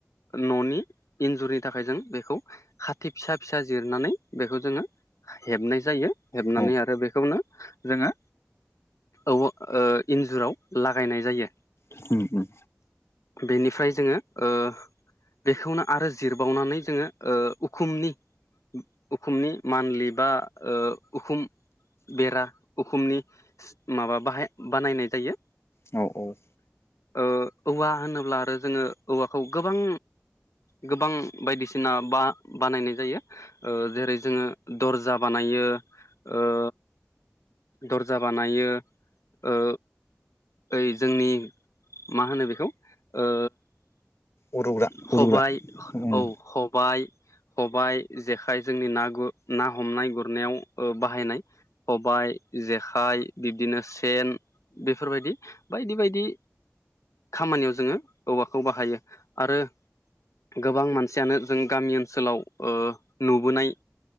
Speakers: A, on the left; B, on the left.
A: न'नि इन्जुरनि थाखाय जों बेखौ खाथि फिसा फिसा जिरनानै बेखौ जोङो हेबनाय जायो हेबनानै
B: औ
A: आरो बेखौनो जोङो औवा ओ इन्जुराव लागायनाय जायो
B: हो - हो
A: बेनिफ्राय जोङो ओ बेखौनो आरो जिरबावनानै जोङो ओ उखुमनि उखुमनि मान्लि बा ओ उखुम बेरा उखुमनि माबा बाहाय बानायनाय जायो
B: औ - औ
A: ओ औवा होनोब्ला आरो जोङो औवाखौ गोबां गोबां बायदिसिना बा बानायनाय जायो ओ जेरै जोङो दर्जा बानायो ओ दर्जा बानायो ओ ओइ जोंनि मा होनो बेखौ ओ
B: उरुग्रा
A: खबाय
B: उरुग्रा उम
A: औ खबाय खबाइ जेखाइ जोंनि ना गु ना हमनाय गुरनायाव बाहायनाय खबाइ जेखाइ बिब्दिनो सेन बेफोरबायदि बायदि बायदि खामानियाव जोङो औवाखौ बाहायो आरो गोबां मानसियानो जों गामि ओनसोलाव ओ नुबोनाय